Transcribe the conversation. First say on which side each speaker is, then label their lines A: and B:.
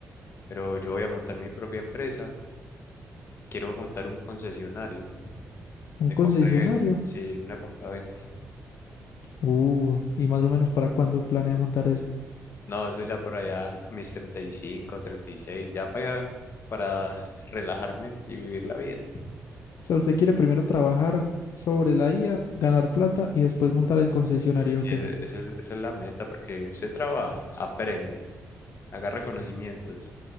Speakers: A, on the left; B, on the left.
A: pero yo voy a montar mi propia empresa, quiero montar un concesionario
B: ¿Un
A: de compra
B: concesionario?
A: y venta, sí, una compra-venta.
B: Uh, y más o menos para cuándo planea montar eso.
A: No, eso ya por allá, mis treinta treinta y cinco treinta y seis ya para, para relajarme y vivir la vida.
B: O sea, usted quiere primero trabajar sobre la IA, ganar plata y después montar el concesionario,
A: Sí,
B: ¿o qué?
A: esa, esa es, esa es la meta, porque usted trabaja, aprende, agarra conocimientos